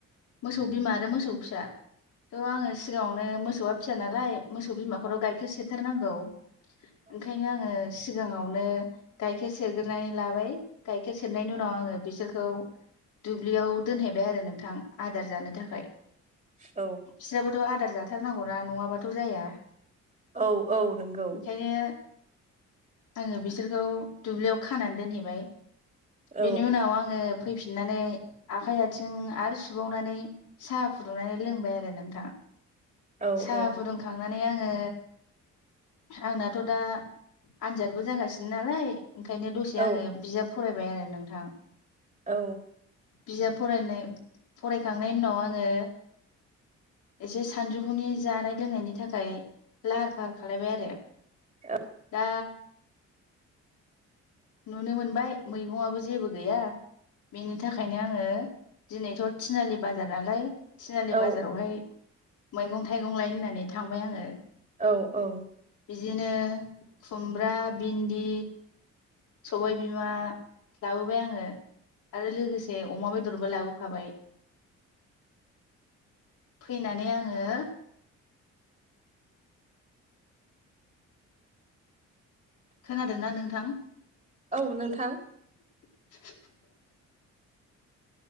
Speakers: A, on the left; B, on the right.
A: मोसौ बिमा आरो मोसौ फिसा। थ' आङो सिगाङावनो मोसौआ फिसा नालाय। मोसौ बिमाखौथ' गाइखेर सेरथेरनांगौ ओंखायनो आङो सिगाङावनो गायखेर सेरग्रोनानै लाबाय गाइखेर सेरनायनि उनाव आङो बिसोरखौ दुब्लियाव दोनहैबाय आरो नोंथां आदार जानो थाखाय
B: औ
A: बिस्राबो आदार जाथारनांगौना नङाबाथ जाया।
B: औ औ नंगौ
A: ओंखायनो आङो बिसोरखौ दुब्लियाव खानानै दोनहैबाय
B: औ
A: बिनि उनाव आङो फैफिननानै आखाइ आथिं आरो सुबावनानै साहा फुदुंनानै लोंबाय आरो नोंथां
B: औ
A: साहा
B: औ
A: फुदुंखांना माने आङो आंनाथ दा आनजादबो जागासिनो नालाय। ओंखायनो दसे
B: औ
A: आङो बिजाब फरायबाय आरो नों थां
B: औ
A: बिजाब फरायनाय फरायखांनायनि उनाव आङो एसे सानजौफुनि जानाय लोंनायनि थाखाय लाहार फाहार खालायबाय आरो।
B: ओ
A: दा नुनो मोनबाय मैगंआबो जेबो गैया बेनि थाखायनो आङो दिनैथ' थिनालि बाजार नालाय तिनालि
B: औ
A: बाजारावहाय मैगं थाइगं लायनो होननानै थांबाय आङो
B: औ औ।
A: बिदिनो खुमब्रा, भिन्दि, सबाय बिमा लाबोबाय आङो आरो लोगोसे अमा बेदरबो लाबोफाबाय। फैनानै आङो खोनादोंना नोंथां?
B: औ नोंथां।
A: <inaudible>